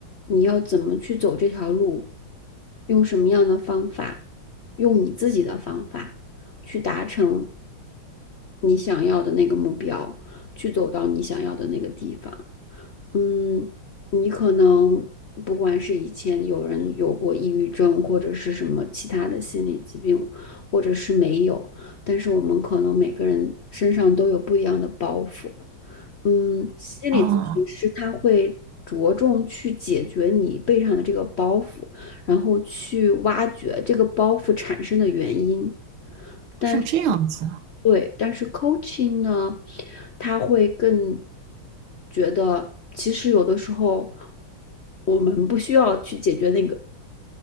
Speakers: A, on the left; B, on the right.
A: 你要怎么去走这条路，用什么样的方法，用你自己的方法去达成。你想要的那个目标，去走到你想要的那个地方。嗯，你可能不管是以前有人有过抑郁症，或者是什么其他的心理疾病，或者是没有，但是我们可能每个人身上都有不一样的包袱。嗯，心理咨询师他会着重去解决你背上的这个包袱，
B: 哦
A: 然后去挖掘这个包袱产生的原因。但。
B: 是这样子啊，
A: 对，但是 coaching 呢，他会更觉得，其实有的时候我们不需要去解决那个